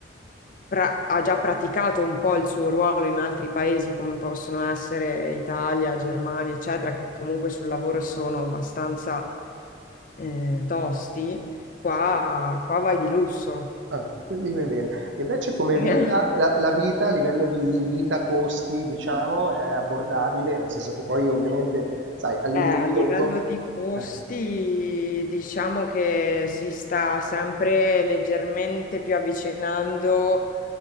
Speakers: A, on the left; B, on the right.
A: pra- ha già praticato un po' il suo ruolo in altri paesi, come possono essere Italia, Germania, eccetera, che comunque sul lavoro sono abbastanza eh, tosti, qua,
B: sì.
A: qua vai di lusso.
B: Ah, lì vai bene. Invece come
A: <laughs>
B: vita, la, la vita a livello di vita, costi, diciamo, è abbordabile, nel senso che poi ovviamente, sai, all'inizio
A: Eh, a livello
B: uno...
A: di costi,
B: eh,
A: diciamo che si sta sempre leggermente più avvicinando